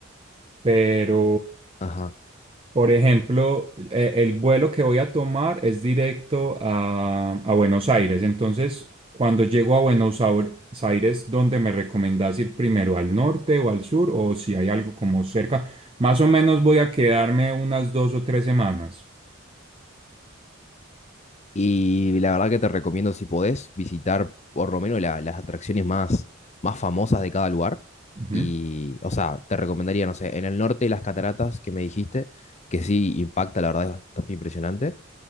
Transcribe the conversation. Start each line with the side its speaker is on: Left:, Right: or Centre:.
Right: Pero,
Left: ajá
Right: por ejemplo, eh, el vuelo que voy a tomar es directo a, a Buenos Aires. Entonces, cuando llego a Buenos Aur- Aires, ¿dónde me recomendás ir primero? ¿Al norte o al sur? O si hay algo como cerca. Más o menos voy a quedarme unas dos o tres semanas.
Left: Y la verdad que te recomiendo, si podés, visitar por lo menos la- las atracciones más, más famosas de cada lugar.
Right: Ujú,
Left: Y, o sea, te recomendaría, no sé, en el norte las cataratas que me dijiste, que sí impacta, la verdad es bastante impresionante.